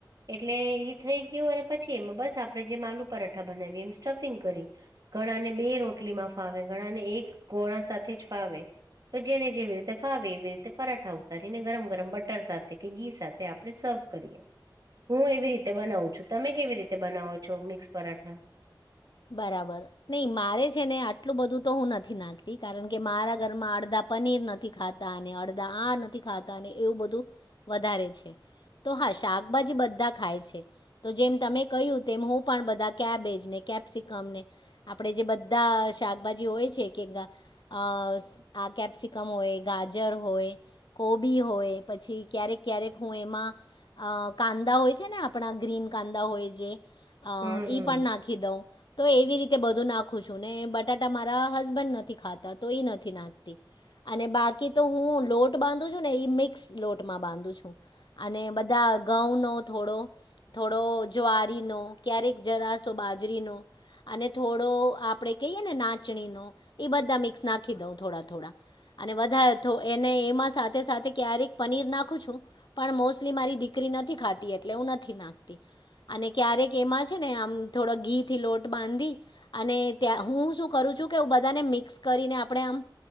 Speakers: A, on the right; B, on the left.
A: એટલે ઈ થઈ ગયું અને પછી એમાં બસ આપડે જે મા આલુ પરાઠા બનાવી એમ સ્ટફિંગ ભરી ઘણાને બે રોટલીમાં ફાવે ઘણાને એક ગોળા સાથે જ ફાવે તો જેને જેવી રીતે ફાવે એવી રીતે પરાઠા ઉતારીને ગરમ ગરમ બટર સાથે કે ઘી સાથે આપણે સર્વ કરીએ. હું એવી રીતે બનાવું છું, તમે કેવી રીતે બનાવો છો મિક્સ પરાઠા
B: બરાબર નહી મારે છે ને આટલું બધું તો હું નથી નાખતી કારણ કે મારા ઘરમાં અડધા પનીર નથી ખાતા અને અડદા આ નથી ખાતા અને એવું બધું વધારે છે. તો હા શાકભાજી બધા ખાય છે તો જેમ તમે કહ્યું તેમ હું પણ બધા કેબેજ ને કે સિકમ આપણે જે બધા શાકભાજી હોય છે કે <inaudible> કેપ્સિકમ હોય ગાજર હોય કોબી હોય પછી ક્યારેક ક્યારેક હું એમાં અ કાંદા હોય છે ને આપણા ગ્રીન કાંદા હોય જે અ
A: હમ
B: ઈ
A: હમ
B: પણ નાખી દંવ એવી રીતે બધું નાખું છું ને બટાટા મારા હસબન્ડ નથી ખાતા તો એ નથી નાખતી અને બાકી તો હું લોટ બાંધું છું ને ઈ મિક્સ લોટમાં બાંધું છું અને બધા ઘઉંનો થોડો થોડો જ્વારીનો ક્યારેક જરાશો બાજરીનો અને થોડો આપડે કહીએ ને નાચણી નો એ બધા મિક્સ નાખી દઉ થોડા થોડા અને વધારે તો એ એ સાથે સાથે ક્યારેક પનીર નાખું છું પણ મોસ્ટલી મારીી કરી નથી ખાતી એટલે હું નથીનાખતી અને ક્યારેક એમાં છે થોડાં ઘી, થી લોટ બાંધી અને ત્યાં હું શું કરું છું કે હું બધાને મિક્સ કરીને આપણે આમ